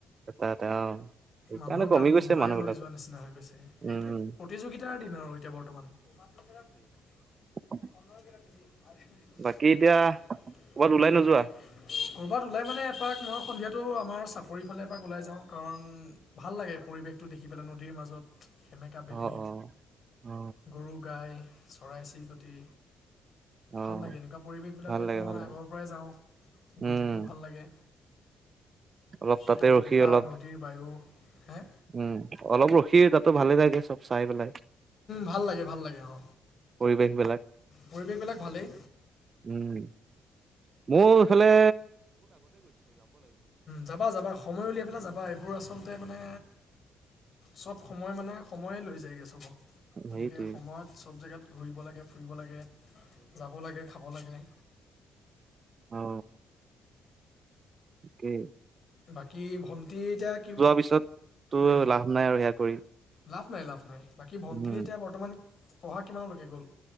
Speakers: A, on the right (about 40°); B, on the left (about 50°).
A: এটা এটা অ সেইকাৰণে
B: মানুহৰ
A: কমি
B: কাম
A: গৈছে
B: নোহোৱাই
A: মানুহ
B: হৈ
A: বিলাক
B: যোৱা নিচিনা হৈ গৈছে
A: উম
B: সেইটোৱে প্ৰতিযোগিতাৰ দিন আৰু এতিয়া বৰ্তমান <unintelligible>
A: <unintelligible>
B: অকণমান কেইটা বেছি আৰু <unintelligible>
A: বাকী এতিয়া ক'ৰবাত ওলাই নোযোৱা
B: ক'ৰবাত ওলাই মানে এপাক মই সন্ধিয়াটো আমাৰ চাপৰিৰ ফালে এপাক ওলাই যাওঁ কাৰণ ভাল লাগে পৰিৱেশটো দেখি পেলাই নদীৰ মাজত সেমেকা বেলি,
A: অ অ অ
B: গৰু গাই, চৰাই চিৰিকটি
A: অ
B: ভাল লাগে এনেকুৱা পৰিৱেশবিলাকত
A: ভাল লাগে
B: মই
A: ভাল লাগে
B: আগৰ পৰাই যাওঁ
A: উম,
B: গৈ থাকিও ভাল লাগে
A: অলপ
B: শীতল
A: তাতে ৰখি
B: বতাহ
A: অলপ
B: নদীৰ বায়ু হে
A: উম অলপ ৰখি তাতো ভালে থাকে চব চাই পেলাই
B: ভাল লাগে ভাল লাগে অ
A: পৰিৱেশ বিলাক
B: পৰিৱেশবিলাক ভালেই
A: উম মোৰ ইফালে।
B: যাবা যাবা সময় উলিয়াই পেলাই যাবা এইবোৰ আচলতে মানে। চব সময় মানে সময়ে লৈ যায়গৈ চবক। গতিকে
A: হেৰিটোৱে
B: সময়ত চব জেগাত ঘূৰিব লাগে ফুৰিব লাগে যাব লাগে খাব লাগে
A: অ অকে
B: বাকী ভণ্টি এতিয়া কি?
A: পিছত তো
B: উম
A: লাভ নাই আৰু সেয়া কৰি
B: লাভ নাই লাভ নাই বাকী ভন্টিয়ে
A: উম,
B: এতিয়া বৰ্তমান পঢ়া কিমানলৈকে গ'ল?